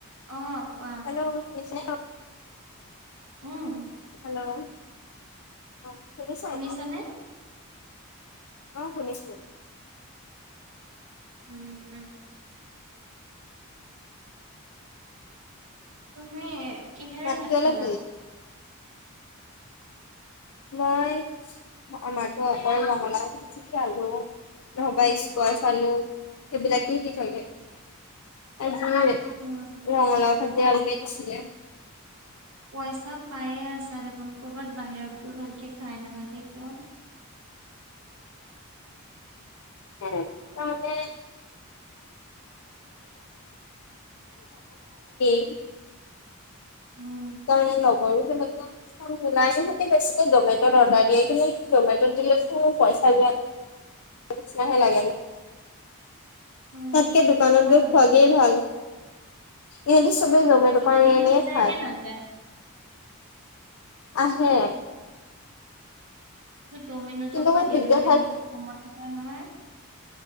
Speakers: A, on the right; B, on the left.
A: অ কোৱা
B: হেল্লো' শুনিছে
A: উম
B: হেল্লো' অহ শুনিছা
A: শুনিছানে?
B: এতিয়া অ শুনিছোঁ
A: উম উম তুমি কিহেৰে
B: মাতটো
A: ভাত
B: অলপ
A: খালা
B: মই আমাটো অকল ৰঙালাও ভাজি আলু নহবা স্কোৱা চালো সেইবিলাকে দি থাকে <unintelligible>
A: উম।
B: ৰঙালাও ভিজি আলু দিছিলে
A: পইচা পায়ে আছা দেখোন কৰ'বাত বাহিৰত গৈ ভালকে খাই নাহাগে কিয় <inaudible>
B: উম তাৰমানে <unintelligible>
A: উম।
B: তাৰমানে নকৰো যে মই
A: <inaudible>
B: নাই সিহঁতি বেছিকৈ জমেট'ত অৰ্ডাৰ দিয়ে কিন্তু জমেট'ত দিলেতোন পইচা যোৱাই নিচনাহে লাগে মোক
A: উম
B: তাতকে দোকানত
A: হয়
B: গৈ
A: বাৰু
B: খোৱালেই ভাল, ইহত চবেই জমেটো
A: ডমিন'জ
B: পা আনি আনি
A: যায়
B: খায়।
A: নে নাযায়?
B: আহে
A: ড'মিনোজৰ
B: কিন্তু
A: পৰা
B: মই
A: দিয়া
B: পিজ্জা
A: ডমিনোজত
B: খাই
A: কমতে পায় নহয়